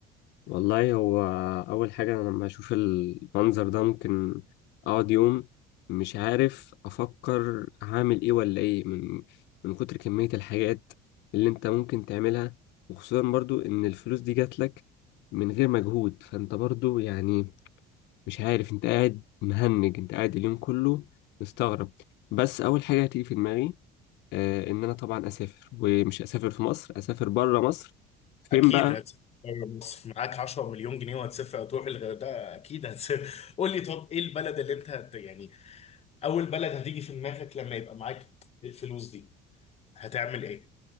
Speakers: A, on the left; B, on the left.
A: والله هو أول حاجة أنا لما أشوف المنظر ده ممكن أقعد يوم مش عارف أفكر هعمل إيه ولا إيه من من كتر كمية الحاجات اللي أنت ممكن تعملها وخصوصا برضو إن الفلوس دي جاتلك من غير مجهود فأنت برضو يعني مش عارف أنت قاعد مهنج أنت قاعد اليوم كله مستغرب بس أول حاجة هتيجي في دماغي آه إن أنا طبعا أسافر ومش أسافر في مصر أسافر بره مصر فين
B: اكيد
A: بقى
B: هتسافر بره مصر معاك 10 مليون جنيه وهتسافر تروح الغردقه اكيد هتسافر <laughs> قول لي طب ايه البلد اللي انت هت يعني اول بلد هتيجي في دماغك لما يبقى معاك الفلوس دي هتعمل ايه